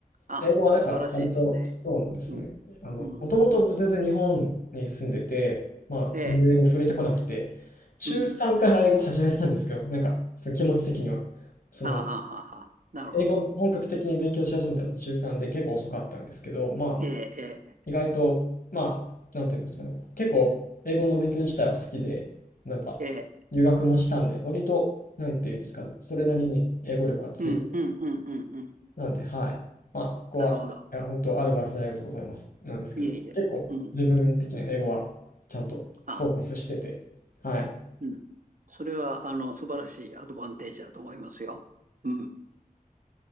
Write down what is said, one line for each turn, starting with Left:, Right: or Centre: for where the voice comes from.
Right: あ、
Left: 英語はだから割とそうなんですね。
Right: 素晴らしいですね。うん。
Left: あの、
Right: うん。
Left: もともと全然日本に住んでて、まあ全然英語触れてこなくて、
Right: ええ。
Left: 中3から英語始めたんですけど、
Right: うん。
Left: なんかその気持ち的には。その、
Right: あははは。なるほど。
Left: 英語を本格的に勉強し始めたのは中3で結構遅かったんですけど、まあ
Right: ええ、ええ、
Left: 意外と、まあ、なんていうんですかね、結構英語の勉強自体は好きで、なんか
Right: ええ、
Left: 留学もしたんで、割と、なんていうんですかね、それなりに英語力はつい
Right: うん、うん、うん、うん、うん。
Left: なんで、はい。まあ、そこは、
Right: なるほど。
Left: いや、本当アドバイスのありがとうございます。なんですけど、
Right: いえいえ。
Left: 結構自分的には英語はちゃんとフォーカスしてて、
Right: うん。あ、
Left: はい。
Right: うん。それは、あの、素晴らしいアドバンテージだと思いますよ。うん。